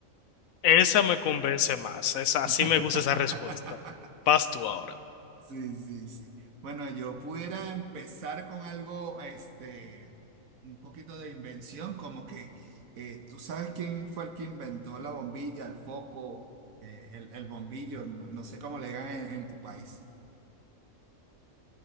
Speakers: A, on the left (about 80°); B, on the right (about 80°).
A: Esa me convence más, esa, así
B: <laughs>
A: me gusta esa respuesta. Vas tú ahora.
B: Sí, sí, sí. Bueno, yo pudiera empezar con algo, este, un poquito de invención, como que eh, tú sabes quién fue el que inventó la bombilla, el foco, eh, el, el bombillo, no, no sé cómo le digan en, en tu país.